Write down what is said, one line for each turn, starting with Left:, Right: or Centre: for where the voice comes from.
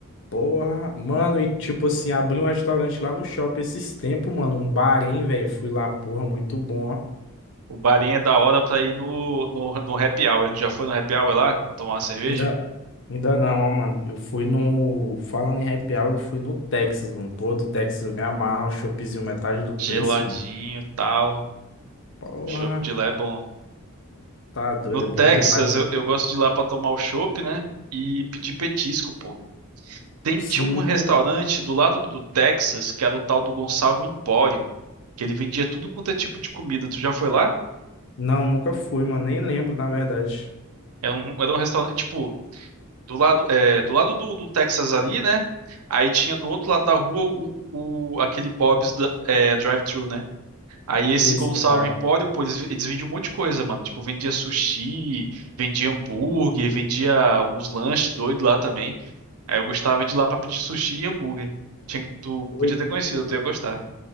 Left: Porra, mano, e tipo assim, abri um restaurante lá no shopping esses tempos, mano, um bar, hein, velho, fui lá, porra, muito bom, ó.
Right: O barinho é da hora pra ir no, no, no happy hour. Tu já foi no happy hour lá? Pra tomar uma cerveja?
Left: Ainda, ainda não, ó, mano, eu fui no, falando em happy hour, eu fui no Texas, mano, pô, do Texas eu me amarro, um choppzinho metade do
Right: Geladinho,
Left: preço, mano.
Right: tal.
Left: Porra,
Right: Chopp de lá é bom.
Left: tá doido,
Right: No Texas,
Left: é bom demais, né?
Right: eu, eu gosto de ir lá pra tomar o chopp, né? E pedir petisco, pô. Tem,
Left: Sim.
Right: tinha um restaurante do lado do Texas, que era o tal do Gonçalo Empório, que ele vendia tudo quanto é tipo de comida. Tu já foi lá?
Left: Não, nunca fui, mano. Nem lembro, na verdade,
Right: Era um, era um restaurante, tipo, do lado, é, do lado do, do Texas ali, né? Aí tinha do outro lado da rua o, o- aquele Bob's da- é, drive-thru, né? Aí esse
Left: ter esse
Right: Gonçalo
Left: lugar.
Right: Empório, pô, eles, eles vendiam um monte de coisa, mano. Tipo, vendia sushi, vendia hambúrguer, vendia uns lanches doidos lá também. Aí eu gostava de ir lá pra pedir sushi e hambúrguer. Tinha que, tu
Left: Oi.
Right: podia ter conhecido, tu ia gostar.